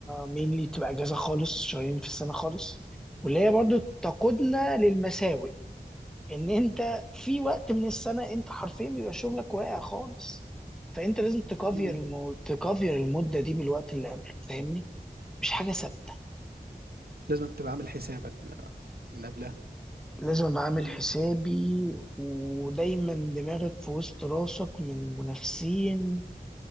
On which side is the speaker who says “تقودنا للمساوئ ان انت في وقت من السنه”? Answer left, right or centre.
Centre